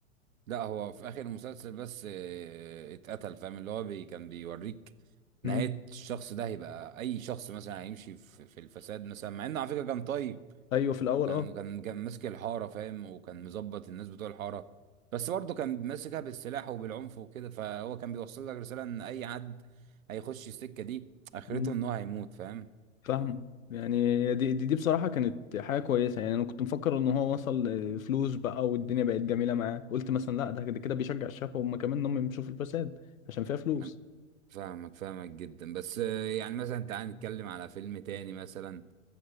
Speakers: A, on the right; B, on the left.
A: لا هو في اخر المسلسل بس آه، اتقتل فاهم اللي هو بي كان بيوريك
B: مم.
A: نهاية الشخص ده هيبقى اي شخص مثلا هيمشي في, في الفساد مثلا مع انه على فكرة كان طيب
B: ايوه في الاول
A: وكان
B: اه
A: كان كان ماسك الحارة فاهم وكان مظبط الناس بتوع الحارة بس برضه كان ماسكها بالسلاح وبالعنف وكده فهو كان بيوصل لك رسالة ان اي حد هيخش السكة دي اخرته
B: مم.
A: ان هو هيموت فاهم
B: فاهمه يعني دي, دي دي بصراحه كانت حاجه كويسه يعني انا كنت مفكر ان هو وصل فلوس بقى والدنيا بقت جميله معاه قلت مثلا لا ده كده كده بيشجع الشباب هم كمان ان هم يمشوا في الفساد عشان فيها فلوس
A: أنا فاهمك فاهمك جدا بس آه، يعني مثلا تعال نتكلم على فيلم تاني مثلا